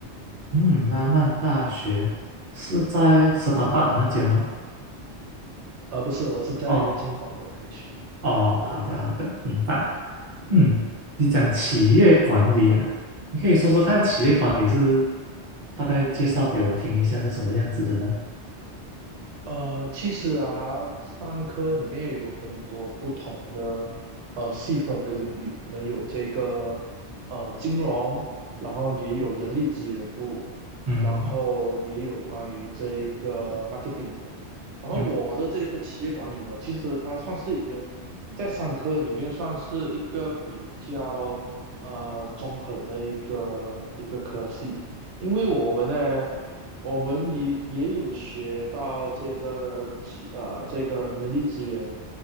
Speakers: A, on the right; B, on the right.
A: 嗯，拉曼大学是在斯达巴的那间吗？
B: 嗯，呃不是，我是在金宝的那一区，
A: 哦哦，
B: 对，
A: 好的好的，明白。嗯，
B: 嗯
A: 你讲企业管理啊，你可以说说看企业管理是
B: 嗯
A: 大概介绍给我听一下是什么样子的呢？
B: 呃，其实啊，商科里面有很多不同的呃细分的领域，可能有这个呃金融，然后也有人力资源部，
A: 嗯
B: 然后也有关于这个 marketing 的。然后我的这个企业管理呢，
A: 嗯
B: 其实它算是一个在商科里面算是一个比较呃中横的一个一个科系，因为我们呢，我们也也有学到这个企呃这个人力资源，